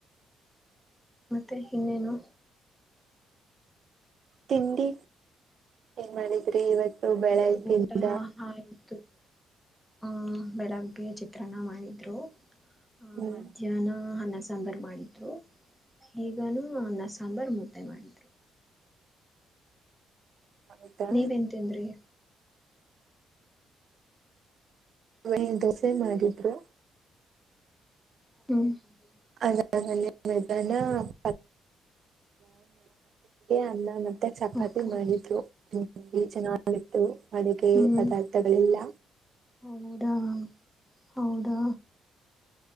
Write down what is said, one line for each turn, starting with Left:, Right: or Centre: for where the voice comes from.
Centre: ಮತ್ತೆ ಇನ್ನೇನು
Right: ತಿಂಡಿ ಏನ್ ಮಾಡಿದ್ರಿ ಇವತ್ತು ಬೆಳಗ್ಗಿಂದ
Centre: ಊಟ ಆಯ್ತು ಆ ಬೆಳಗ್ಗೆ ಚಿತ್ರನ್ನ ಮಾಡಿದ್ರು ಆಹ
Right: ಹ್ಮ್
Centre: ಮಧ್ಯಾಹ್ನ ಅನ್ನ ಸಾಂಬಾರು ಮಾಡಿದ್ರು ಈಗನೂ ಅನ್ನ ಸಾಂಬಾರ್ ಮುದ್ದೆ ಮಾಡಿದ್ರು
Right: ಹೌದಾ
Centre: ನೀವೇನ್ ತಿಂದ್ರಿ
Right: ಅವೇ ದೋಸೆ ಮಾಡಿದ್ರು
Centre: ಹ
Right: ಯ ಮತಾನಾತ್ ಅನ್ನ ಮತ್ತ ಚಪಾತಿ
Centre: ಓಕೆ
Right: ಮಾಡಿದ್ರುಂಬಿ ಚೆನ್ನಾಗತ್ತು ಅಡುಗೆ
Centre: ಹ್ಮ್
Right: ಪದಾರ್ಥಗಳಿಲ್ಲ
Centre: ಹೌದಾ ಹೌದಾ